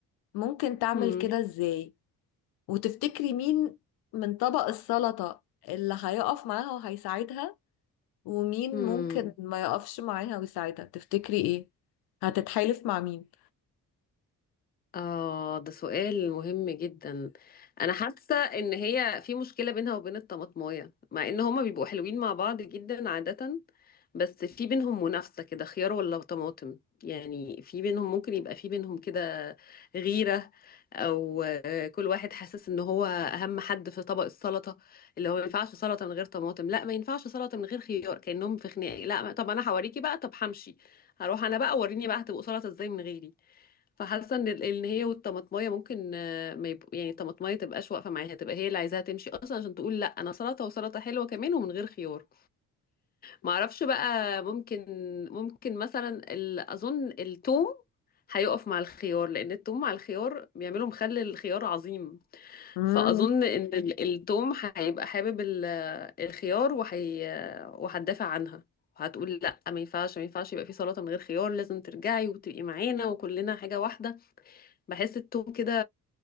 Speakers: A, on the left (about 85°); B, on the left (about 25°).
A: ممكن تعمل
B: امم
A: كده ازاي وتفتكري مين من طبق السلطة اللي هيقف معاها وهيساعدها ومين
B: امم
A: ممكن ما يقفش معاها ويساعدها تفتكري ايه هتتحالف مع مين
B: اه ده سؤال مهم جدا انا حاسه ان هي في مشكله بينها وبين الطماطمايه مع ان هما بيبقوا حلوين مع بعض جدا عاده بس في بينهم منافسة كده خيار ولا طماطم يعني في بينهم ممكن يبقى في بينهم كده غيرة أو آه، كل واحد حاسس إن هو أهم حد في طبق السلطة اللي هو ما ينفعش سلطة من غير طماطم لا ما ينفعش سلطة من غير خيار كأنهم في خناقة لا ما- طب أنا هوريكي بقى طب همشي هروح أنا بقى وريني بقى هتبقوا سلطة إزاي من غيري فحاسة إن ال- إن هي والطماطماية ممكن آه، ما يبقوا يعني الطماطماية تبقاش واقفة معاها تبقى هي اللي عايزاها تمشي أصلا عشان تقول لا أنا سلطة وسلطة حلوة كمان ومن غير خيار ما اعرفش بقى ممكن ممكن مثلا ال- اظن التوم هيقف مع الخيار لان التوم مع الخيار بيعملوا مخلل الخيار عظيم
A: مم.
B: فاظن ان ال- التوم هيبقى حابب ال- الخيار وهي وهتدافع عنها وهتقول لا ما ينفعش ما ينفعش يبقى في سلطة من غير خيار لازم ترجعي وتبقي معانا وكلنا حاجة واحدة بحس التوم كده